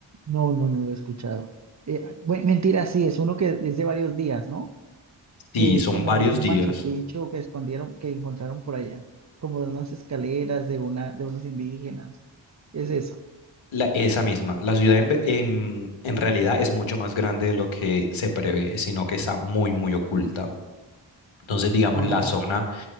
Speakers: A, on the right; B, on the left.
A: No, no, no lo he escuchado. Eh, ah, bue- mentira, sí, es uno que es de varios días, ¿no?
B: Sí,
A: Que es
B: son
A: como
B: varios
A: un
B: días.
A: Machu Picchu que escondieron, que encontraron por allá, como de unas escaleras de una, de unos indígenas. Es eso.
B: La, esa misma, la ciudad en, ve- en, en realidad es mucho más grande de lo que se prevé, sino que está muy, muy oculta. Entonces, digamos,
A: Ah,
B: la
A: es-
B: zona